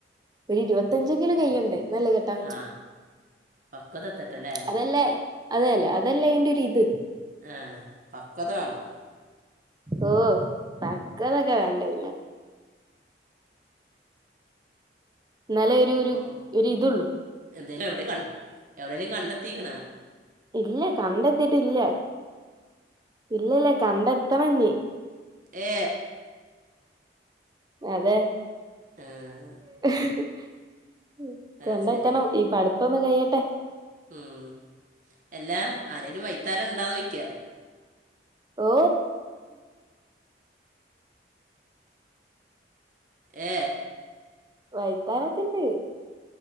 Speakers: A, on the right (about 20°); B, on the right (about 45°).
A: ഒരു ഇരുവത്തഞ്ചെങ്കിലും കയിയണ്ടേ എന്നാലല്ലെ കെട്ടാൻ പറ്റു
B: ആ പക്വത എത്തട്ടല്ലേ
A: അതല്ലേ അതേല്ല അത് അതല്ലെ അയിന്റൊരിത്
B: ആ പക്വത വേണം
A: ഓ പക്വതൊക്കെ വേണ്ടേ പിന്നെ എന്നാലേ ഒരു ഒരു
B: ഉം.
A: ഒരിതൊള്ളൂ
B: എന്തേലും എവിടെയും കണ്ടെത്തീക്കണാ
A: ഇല്ല കണ്ടെത്തിട്ടില്ല ഇല്ലില്ല കണ്ടെത്തണം ഇനി
B: ഏ
A: അതെ
B: ആഹ്
A: <unintelligible> ഉം
B: അത്
A: കണ്ടെത്തണം
B: ശരി
A: ഈ പടുത്തൊന്ന് കഴിയട്ടെ
B: ഉം എല്ലാ ആരേലും വൈത്താലം ഉണ്ടോന്നോയിക്കാ
A: ഓ
B: ഏ
A: വൈത്താലൊക്കെ ഇണ്ട്